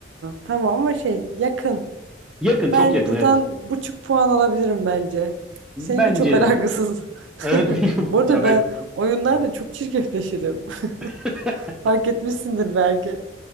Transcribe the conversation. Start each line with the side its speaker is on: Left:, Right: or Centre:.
Right: tamam ama şey yakın.
Centre: Yakın, çok
Right: Ben
Centre: yakın
Right: buradan
Centre: evet.
Right: buçuk puan alabilirim bence. Seninki
Centre: Bence
Right: çok alakasız.
Centre: de. Evet
Right: <laughs>
Centre: <laughs> Wing of-
Right: Bu arada
Centre: ya ben
Right: ben
Centre: ku-
Right: oyunlarla
Centre: evet.
Right: çok çirkefleşirim.
Centre: <laughs>
Right: <laughs> Fark etmişsindir belki.